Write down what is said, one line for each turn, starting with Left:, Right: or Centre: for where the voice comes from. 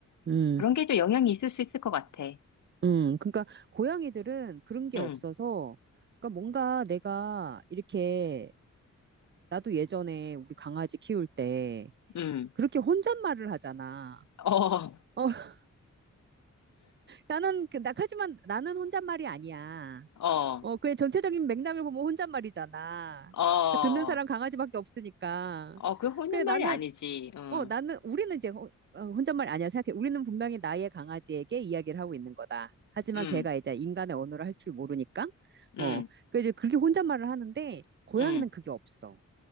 Right: 음,
Left: 그런 게 좀 영향이 있을 수 있을 것 같아.
Right: 음. 그러니까 고양이들은 그런 게
Left: 응,
Right: 없어서, 그러니까 뭔가 내가 이렇게, 나도 예전에 우리 강아지 키울 때,
Left: 응,
Right: 그렇게 혼잣말을 하잖아.
Left: 어,
Right: 어, <laughs> 나는, 그- 나, 하지만 나는 혼잣말이 아니야.
Left: 어,
Right: 어, 그의 전체적인 맥락을 보면 혼잣말이잖아.
Left: 어,
Right: 그 듣는 사람 강아지밖에 없으니까.
Left: 어, 그 혼는
Right: 근데 나는,
Left: 말이 아니지. 응,
Right: 어, 나는, 우리는 이제 호- 어, 혼잣말 아니야 생각해. 우리는 분명히 나의 강아지에게 이야기를 하고 있는 거다. 하지만
Left: 응,
Right: 걔가 이제 인간의 언어를 할 줄 모르니까,
Left: 응,
Right: 어, 그 이제 그렇게 혼잣말을 하는데, 고양이는
Left: 응,
Right: 그게 없어.